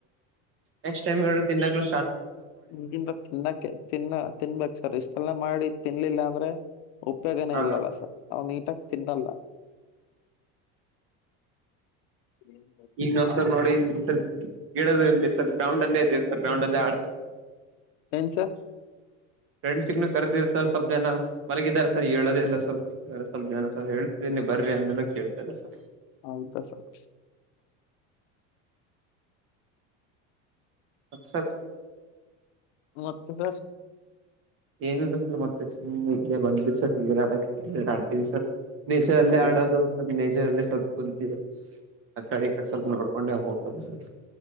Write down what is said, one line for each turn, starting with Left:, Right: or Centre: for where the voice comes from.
Right: ನೆಕ್ಸ್ಟ್ ಟೈಮ್ ಎ ತಿನ್ನಾಗ್ಲು
Left: ಈಗಿಂದ ತಿನ್ನಕ್ಕೆ ತಿನ್ನ ತಿನ್ಬೇಕಕ್ ಸರ್ ಇಷ್ಟೆಲ್ಲ ಮಾಡಿ ತಿನ್ಲಿಲ್ಲ ಅಂದ್ರೆ. ಉಪಯೋಗನೇ
Right: ಹಾ
Left: ಇಲ್ಲಲ್ಲ ಸರ್ ನಾ್ ನೀಟಾಗಿ ತಿನ್ನಲ್ಲ ಹ್ಮ
Right: ಈಗ ನಾವು ಸರ್ ನೋಡಿ ಗಿಡ ಇಲ್ಲಿಲ್ ಗ್ರೌಂಡ್ ಅಲ್ಲೇ ಇದೇ ಸರ್ ಗ್ರೌಂಡ್ ಅಲ್ಲೇ ಆಡ
Left: ಏ -ಸರ್
Right: ಫ್ರೆಂಡ್ಸಗೂ ಕರೆದ ಸರ್ ಸ್ವಲ್ಪ ಜನ ಮಲಗಿದ್ದಾರೆ ಸರ್ ಹೇಳೋದೆಲ್ಲ ಸ್ವಲ್ಪ ಸ್ವಲ್ಪ ಜನ ಸರ್ ಹೇಳ್ತಿದನಿ ಎಂ ಬರ್ರಿ ಅಂದನ ಕೇತ ಇಲ್ಲ ಸ
Left: ಹೌದಾ ಸರ್
Right: ಮಕ್ಸರ್
Left: ಮತ್ತದ
Right: ಏನಿಲ್ಲ ಸರ್ ಮತ್ತೆ ಇಲ್ಲೇ ಬಂದ ಸರ್ ನೀಡಕ್ಕೆ. ಡ್ತೀವಿ ಸಲ್ ನೇಚರ್ ಅಲ್ಲೇ
Left: ಹೌದಾ
Right: ಆಡೋದು ನೇಚರ್ ಅಲ್ಲೇ ಸಲ್ ಕುಂತೀವಿ ಆ- ಕಡೆ ಕಡೆ ಸ್ವಲ್ಪ ನೋಡ್ಕೊಂಡೆ ಹೋಗ್ತದೆ ಸರ್